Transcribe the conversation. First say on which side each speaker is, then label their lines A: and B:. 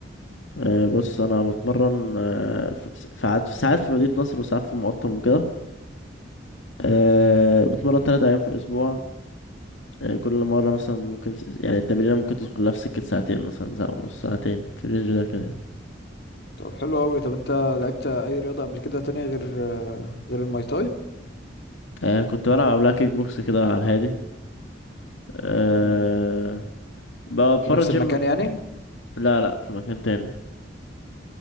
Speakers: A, on the left; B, on the left.
A: آه، بص أنا بتمرن آه، في ساعات ساعات في مدينة نصر وساعات في المقطم وكده آه، بتمرن تلات أيام في الأسبوع آه، كل مرة مثلا ممكن س- يعني التمرينة ممكن تدخل لها في سكة ساعتين مثلا ساعة ونص ساعتين في الرينج ده كده يعني.
B: طب حلو قوي طب انت لعبت اي رياضة قبل كده تانية غير غير الماي تاي
A: آه، كنت بلعب قبلها كيك بوكس كده على الهادي أه
B: مم.
A: بتمرن
B: في نفس
A: جيم
B: المكان يعني
A: لا لا في مكان تاني